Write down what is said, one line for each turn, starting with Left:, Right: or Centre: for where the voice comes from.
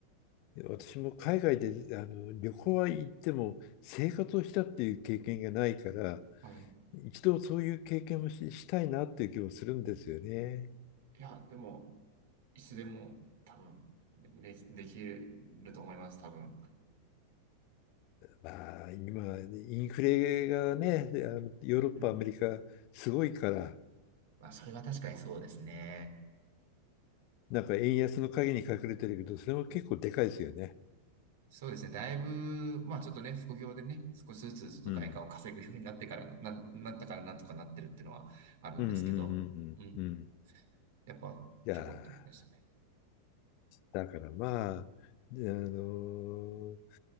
Left: 私も海外であの旅行は行っても生活をしたっていう経験がないから、
Right: はい。
Left: 一度そういう経験もし、したいなっていう気もするんですよね。
Right: いや、でも、いつでも多分、で、できると思います、多分。
Left: まあ、今、インフレがね、あのヨーロッパ、
Right: うん。
Left: アメリカ、すごいから、
Right: まあ、それは確かにそうですね。
Left: なんか円安の陰に隠れてるけど、それも結構でかいですよね。
Right: そうですね。だいぶ、まあちょっとね、副業でね、少しずつちょっと外貨を稼ぐようになってから、
Left: うん。
Right: な、なったからなんとかなってるっていうのはあるんですけど、
Left: うんうんうんうんうん。
Right: うん。やっぱ結構大変でしたね。
Left: いやーだからまあ、であのー